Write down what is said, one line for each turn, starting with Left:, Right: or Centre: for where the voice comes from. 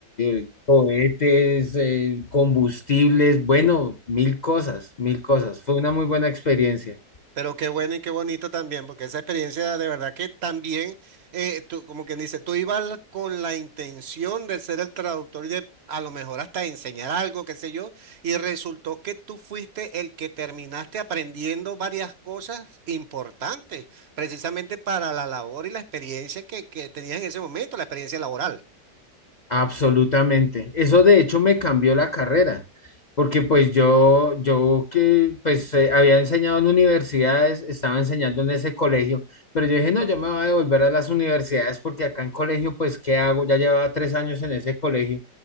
Left: eh, cohetes, eh, combustibles, bueno, mil cosas, mil cosas. Fue una muy buena experiencia.
Right: Pero qué bueno y qué bonito también, porque esa experiencia de verdad que también, eh, tú, como quien dice, tú ibas con la intención de ser el traductor y de a lo mejor hasta enseñar algo, qué sé yo, y resultó que tú fuiste el que terminaste aprendiendo varias cosas importantes, precisamente para la labor y la experiencia que, que tenías en ese momento, la experiencia laboral.
Left: Absolutamente. Eso de hecho me cambió la carrera, porque pues yo, yo que pues eh, había enseñado en universidades, estaba enseñando en ese colegio, pero yo dije, no, yo me voy a devolver a las universidades porque acá en colegio, pues, ¿qué hago? Ya llevaba tres años en ese colegio.